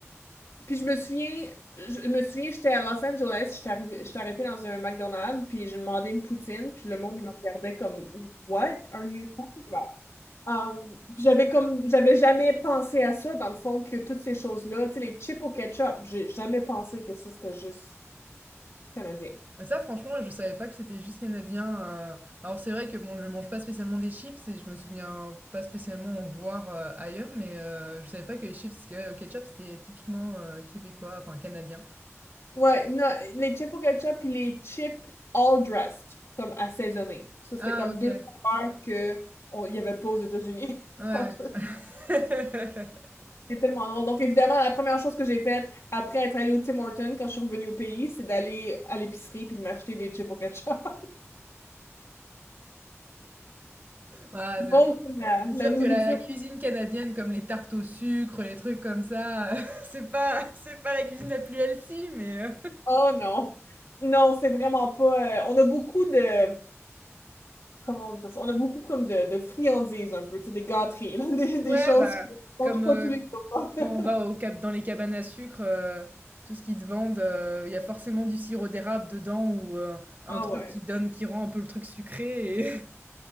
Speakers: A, on the left; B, on the right.
A: Puis je me souviens, je je me souviens, j'étais à Los Angeles, j'étais arrivée- j'étais arrêtée dans un McDonald's, puis j'ai demandé une poutine, puis le monde, il me regardait comme What are you talking about? Um, puis j'avais comme, j'avais jamais pensé à ça, dans le fond, que toutes ces choses-là, tu sais, les chips au ketchup, j'ai jamais pensé que ça, c'était juste canadien.
B: Ah, Ça, franchement, je savais pas que c'était juste canadien. euh. Alors, c'est vrai que bon, je mange pas spécialement des chips et je me souviens pas spécialement en voir euh, ailleurs, mais euh, je savais pas que les chips euh, au ketchup c'était typiquement euh, québécois, enfin canadien.
A: Ouais, non, les chips au ketchup, puis les chips all dressed, comme assaisonnés. Ça, c'était
B: Ah,
A: comme
B: ok.
A: deux saveurs que on- il n'y avait pas aux États-Unis.
B: Ouais.
A: <laughs>
B: <laughs>
A: C'est tellement long. Donc, évidemment, la première chose que j'ai faite après être allée au Tim Hortons quand je suis revenue au pays, c'est d'aller à l'épicerie puis de m'acheter des chips au ketchup. <laughs>
B: Ah,
A: Donc,
B: c'est
A: la, la
B: c'est sûr
A: nourriture.
B: que la, la cuisine canadienne, comme les tartes au sucre, les trucs comme ça, <laughs> c'est pas, c'est pas la cuisine la plus healthy, mais euh,
A: Oh non! Non, c'est vraiment pas. euh, on a beaucoup de. Comment on dit ça? On a beaucoup comme de, de friandises un peu, tu sais, des gâteries, là, <laughs> des, des
B: ouais,
A: choses
B: bah,
A: qu'on
B: comme,
A: ne mange
B: euh,
A: pas tous les jours.
B: Quand on va
A: <laughs>
B: au cap dans les cabanes à sucre, heu, tout ce qu'ils te vendent, heu, il y a forcément du sirop d'érable dedans ou, heu, un
A: Ah
B: truc
A: ouais.
B: qui donne qui rend un peu le truc sucré et